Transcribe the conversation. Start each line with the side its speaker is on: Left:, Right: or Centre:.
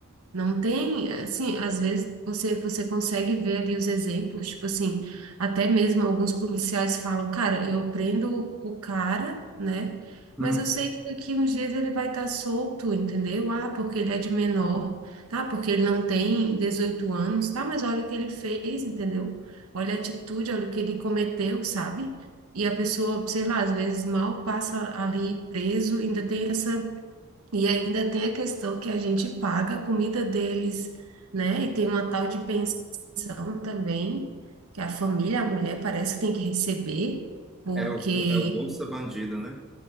Right: Não tem, assim, às vezes você, você consegue ver ali os exemplos, tipo assim, até mesmo alguns policiais falam, cara, eu prendo o cara, né?
Centre: Hum.
Right: Mas eu sei que daqui uns dias ele vai estar solto, entendeu? Ah, porque ele é de menor, tá? Porque ele não tem 18 anos, tá? Mas olha o que ele fez, entendeu? Olha a atitude, olha o que ele cometeu, sabe? E a pessoa, sei lá, às vezes mal passa ali preso, ainda tem essa e ainda tem a questão que a gente paga a comida deles, né? E tem uma tal de pensão também, que a família, a mulher parece que tem que receber, porque,
Centre: É o, é o Bolsa Bandido, né?